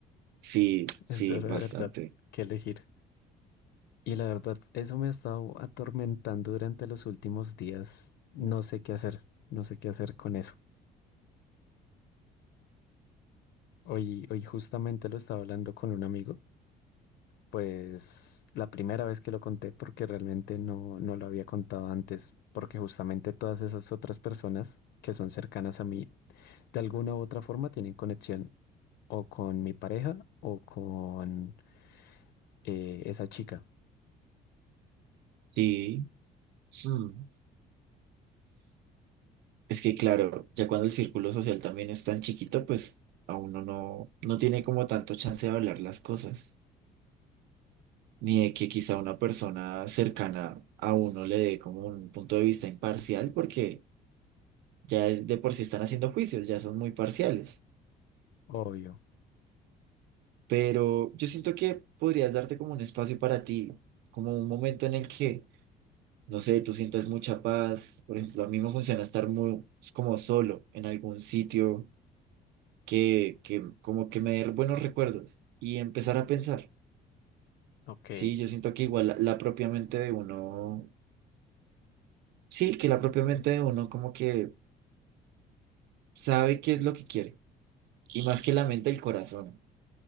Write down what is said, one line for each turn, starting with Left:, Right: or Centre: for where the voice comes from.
Right: sí, sí,
Left: Es duro
Right: bastante.
Left: de verdad que elegir. Y la verdad, eso me ha estado atormentando durante los últimos días. No sé qué hacer, no sé qué hacer con eso. Hoy, hoy justamente lo estaba hablando con un amigo, pues la primera vez que lo conté porque realmente no, no lo había contado antes, porque justamente todas esas otras personas que son cercanas a mí, de alguna u otra forma tienen conexión o con mi pareja o con eh, esa chica.
Right: Sí, mm, es que claro, ya cuando el círculo social también es tan chiquito, pues a uno no, no tiene como tanto chance de hablar las cosas. ni de que quizá una persona cercana a uno le dé como un punto de vista imparcial, porque ya es- de por sí están haciendo juicios, ya son muy parciales.
Left: Obvio.
Right: Pero yo siento que podrías darte como un espacio para ti, como un momento en el que, no sé, tú sientas mucha paz. Por ejemplo, a mí me funciona estar muy pues, como solo en algún sitio que, que como que me dé buenos recuerdos y empezar a pensar.
Left: Ok.
Right: Sí, yo siento que igual la la propia mente de uno, sí, que la propia mente de uno como que sabe qué es lo que quiere, y más que la mente, el corazón.